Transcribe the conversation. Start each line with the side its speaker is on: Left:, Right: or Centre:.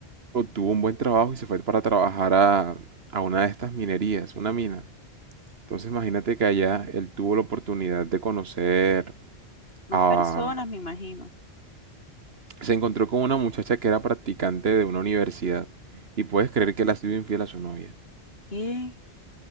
Right: obtuvo un buen trabajo y se fue para trabajar a, a una de estas minerías, una mina. Entonces imagínate que allá él tuvo la oportunidad de conocer
Left: Más
Right: a
Left: personas, me imagino.
Right: se encontró con una muchacha que era practicante de una universidad y puedes creer que le ha sido infiel a su novia.
Left: ¿Qué?